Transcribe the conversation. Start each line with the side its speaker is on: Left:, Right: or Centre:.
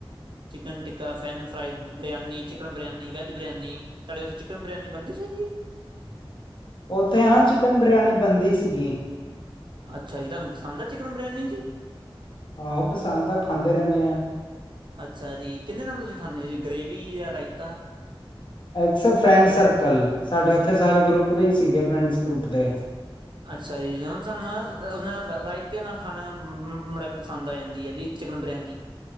Right: ਚਿਕਨ ਟਿੱਕਾ, ਫੈਨ-ਫਰਾਈ, ਬਰਿਆਨੀ, ਚਿਕਨ ਬਰਿਆਨੀ ਵੈੱਜ ਬਰਿਆਨੀ ਤੁਹਾਡੇ ਉਥੋਂ ਚਿਕਨ ਬਰਿਆਨੀ ਬਣਦੀ ਸੀ ਜੀ?
Left: ਉੱਥੇ ਹਾਂ, ਚਿਕਨ ਬਰਿਆਨੀ ਬਣਦੀ ਸੀਗੀ।
Right: ਅੱਛਾ ਜੀ। ਤੁਹਾਨੂੰ ਪਸੰਦ ਆ, ਚਿਕਨ ਬਰਿਆਨੀ ਜੀ?
Left: ਆਹੋ, ਪਸੰਦ ਆ ਖਾਂਦੇ ਰਹਿੰਨੇ ਆਂ।
Right: ਅੱਛਾ ਜੀ। ਕਿੰਨੇ ਦਿਨ ਤੁਸੀਂ ਖਾਂਦੇ ਹੋ ਜੀ, ਗ੍ਰੇਵੀ ਯਾ ਰਾਇਤਾ?
Left: ਐਕਸ ਫਰੈਂਡ ਸਰਕਲ, ਸਾਡੇ ਉੱਥੇ ਸਾਰੇ ਗਰੁੱਪ ਦੇ ਹੀ ਸੀਗੇ, ਫਰੈਂਡਸ ਗਰੁੱਪ ਦੇ।
Right: ਅੱਛਾ ਜੀ, ਹੁਣ ਸਾਨੂੰ ਉਹ ਰਾਇਤੇ ਨਾਲ ਖਾਣਾ ਬੜੀ ਪਸੰਦ ਆ ਜਾਂਦੀ ਆ ਜੀ, ਚਿਕਨ ਬਰਿਆਨੀ।